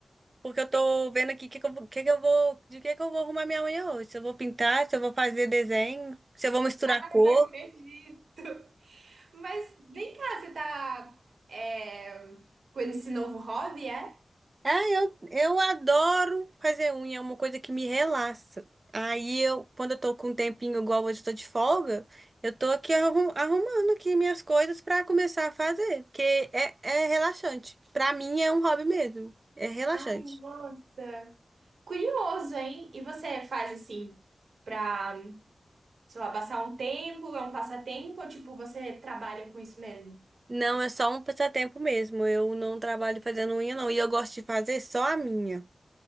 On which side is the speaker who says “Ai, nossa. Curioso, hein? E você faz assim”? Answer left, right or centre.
Right